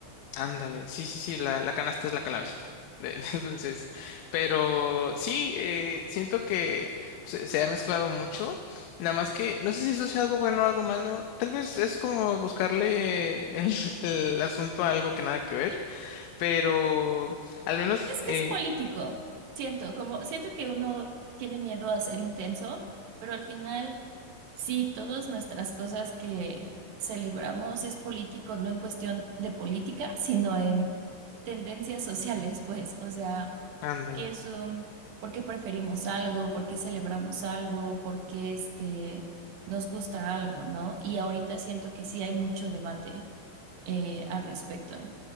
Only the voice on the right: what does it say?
Es
que es político. Siento, como siento que uno tiene miedo a ser intenso, pero al final, sí, todas nuestras cosas que celebramos es político, no en cuestión de política, sino en tendencias sociales, pues. O sea,
qué es un, por qué preferimos algo, por qué celebramos algo, por qué este, nos gusta algo, ¿no? Y ahorita siento que sí hay mucho debate eh, al respecto.